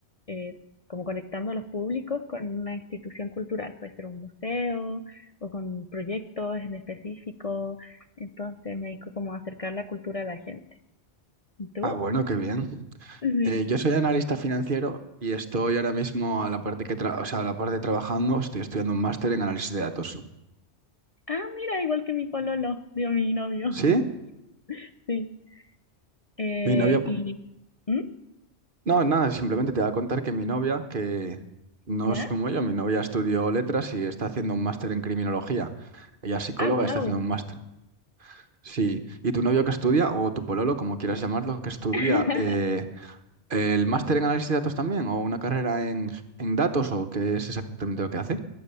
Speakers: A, on the left (about 40°); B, on the right (about 50°).
A: eh, como conectando a los públicos con una institución cultural, puede ser un museo o con proyectos en específico, entonces me dedico como a acercar la cultura a la gente. ¿Y tú?
B: Ah, bueno, qué bien.
A: Sí.
B: Eh, yo soy analista financiero y estoy ahora mismo a la parte que tra- o sea, a la parte trabajando, estoy estudiando un máster en análisis de datos.
A: Ah, mira, igual que mi pololo, digo, mi novio.
B: ¿Sí?
A: <laughs> Sí. Eh,
B: Mi novia, po-
A: y... ¿Mm?
B: no, nada, simplemente te voy a contar que mi novia, que no
A: ¿Ya?
B: es como yo, mi novia estudió letras y está haciendo un máster en criminología. Ella es psicóloga
A: Ah, wow.
B: y está haciendo un máster. Sí. ¿Y tu novio que estudia, o tu pololo, como quieras llamarlo, que estudia
A: <laughs>
B: eh, el máster en análisis de datos también, o una carrera en, en datos, o qué es exactamente lo que hace?